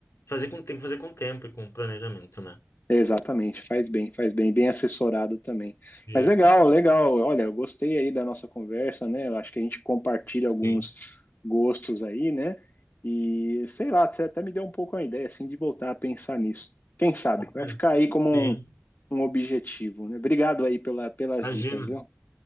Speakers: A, on the left; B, on the left.
A: Fazer com, tem que fazer com tempo e com planejamento, né?
B: Exatamente, faz bem, faz bem, bem assessorado também.
A: Isso.
B: Mas legal, legal. Olha, eu gostei aí da nossa conversa, né? Eu acho que a gente compartilha
A: Sim.
B: alguns gostos aí, né? E sei lá, você até me deu um pouco uma ideia assim de voltar a pensar nisso. Quem sabe?
A: Olha,
B: Vai ficar aí como
A: sim.
B: um, um objetivo, né? Obrigado aí pela, pelas
A: Imagina.
B: dicas, viu?